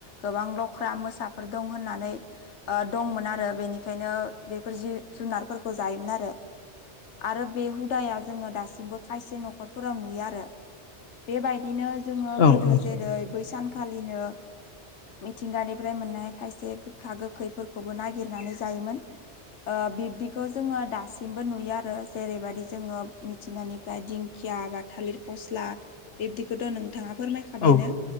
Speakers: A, on the left; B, on the left.
A: गोबां लख्रा मोसाफोर दं होननानै ओ दंमोन आरो बेनिखायनो बेफोर जिब जुनारफोरखौ जायोमोन आरो आरो बे हुदाया जोङो दासिमबो खायसे न'खरफोराव नुयो आरो बेबायदिनो जोङो
B: औ
A: गोदो
B: औ
A: जेरै बैसानखालिनो मिथिंगानिफ्राय मोननाय खायसे गोखा गोखैफोरखौबो नागिरनानै जायोमोन ओ बिब्दिखौ जोङो दासिमबो नुयो आरो जेरैबायदि जोङो मिथिंगानिफ्राय दिं खिया बा थालिर फस्ला बिबदिखौथ' नोंथाङा फोरमाय खाबायानो
B: औ